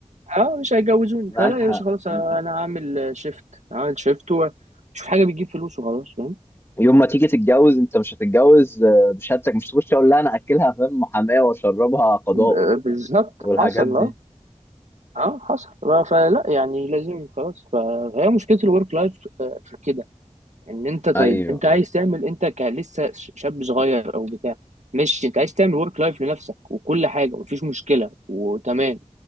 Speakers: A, on the right (about 75°); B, on the left (about 20°).
A: اه مش هيجوزوني
B: معاك
A: فلا
B: حق
A: يا باشا خلاص
B: معاك
A: انا
B: حق
A: هعمل شيفت هعمل شيفت وشوف حاجه بتجيب فلوس وخلاص فاهم
B: يوم ما تيجي تتجوز انت مش هتتجوز آه، بشهادتك مش تخش اقول لا انا اكلها فاهم محاماه واشربها قضاء
A: ب- بالظبط
B: والحاجات
A: حصل
B: دي
A: اه اه حصل ف- فلا يعني لازم خلاص ف- فهي مشكله الورك لايف في كده ان انت طيب
B: ايوه
A: انت عايز تعمل انت ك- لسه ش- شاب صغير او بتاع ماشي انت عايز تعمل ورك لايف لنفسك وكل حاجه ومفيش مشكله وتمام